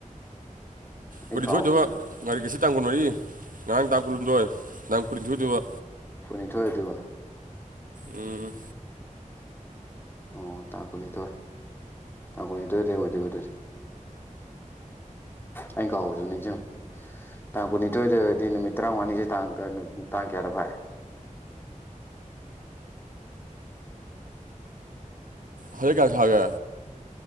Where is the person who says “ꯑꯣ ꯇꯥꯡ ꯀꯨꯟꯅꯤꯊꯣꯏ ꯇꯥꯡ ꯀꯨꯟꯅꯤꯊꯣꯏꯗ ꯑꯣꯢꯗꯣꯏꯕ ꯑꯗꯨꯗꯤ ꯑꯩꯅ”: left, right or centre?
Left